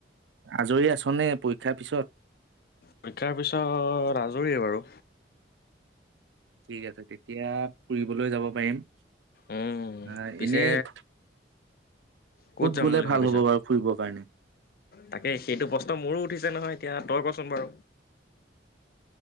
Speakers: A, on the right; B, on the left.
A: আজৰি আছনে পৰীক্ষাৰ পিছত?
B: পৰীক্ষাৰ পিছত আজৰি বাৰু।
A: ঠিক আছে। তেতিয়া ফুৰিবলৈ যাব পাৰিম।
B: উম,
A: আহ।
B: পিছে
A: এনেই।
B: কত যাম
A: গ'লে
B: বুলি
A: ভাল
B: ভাবিছো?
A: হ'ব বাৰু ফুৰিবৰ কাৰণে
B: তাকে সেইটো প্ৰশ্ন মোৰো উঠিছে নহয় এতিয়া। তই কচোন বাৰু।